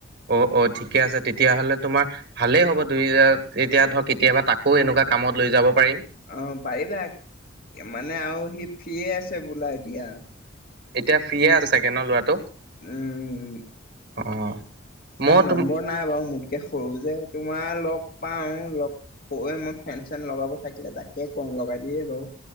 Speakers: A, on the right (about 55°); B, on the left (about 45°).
A: অ - অ ঠিকে আছে তেতিয়াহ'লে তোমাৰ ভালেই হব দুই এতিয়া ধৰক কেতিয়াবা তাকো এনেকুৱা কামত লৈ যাব। পাৰিম।
B: অ, পাৰিবা মানে আৰু সি ফ্ৰে আছে বোলা এতিয়া।
A: এতিয়া ফ্ৰিয়ে আৰু চাগে ন ল'ৰাটো?
B: উম,
A: অ',
B: তাত
A: মই
B: নম্বৰ
A: তোমাৰ
B: নাই বাৰু মোতকে সৰু যে তোমাৰ লগ লগ পাওঁ লগ হৈ মই ফেন চেন লগাব থাকিলে তাকে কওঁ লগাই দিয়ে বাৰু